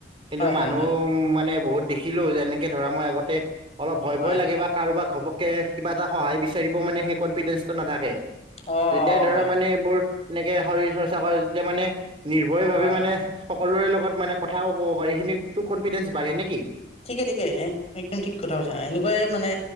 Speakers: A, on the right; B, on the left.
A: কিন্তু
B: হয় হয়
A: মানুহ।
B: হয়
A: উ মানে বহুত দেখিলো যেনেকে ধৰা মই আগতে অলপ ভয়
B: হয়
A: ভয় লাগে বা কাৰোবাক ঘপককে। কিবা এটা সহায় বিচাৰিব মানে সেই কনফিডেন্ঞ্চটো নাথাকে।
B: অ
A: যেতিয়াই ধৰা
B: হয় হয়
A: মানে এইবোৰ এনেকে শৰীৰ চৰ্চা কৰা যেতিয়া মানে নিৰ্ভয়
B: হয়
A: ভাৱে মানে। সকলোৰে লগত মানে কথাও ক'ব পাৰি। সেইখিনিটো কনফিডেন্ঞ্চ বাঢ়ে নেকি।
B: ঠিকে ঠিকে একদম ঠিক কথা কৈছা। এনেকুৱাই মানে